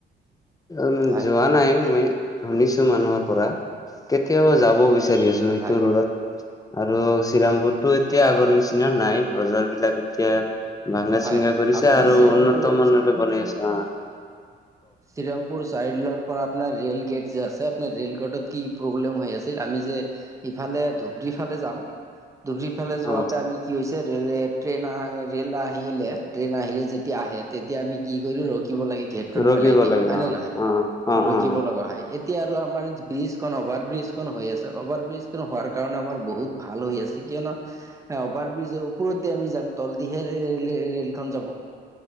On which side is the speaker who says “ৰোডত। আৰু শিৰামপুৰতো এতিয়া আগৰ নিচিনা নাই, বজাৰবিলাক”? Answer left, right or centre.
Left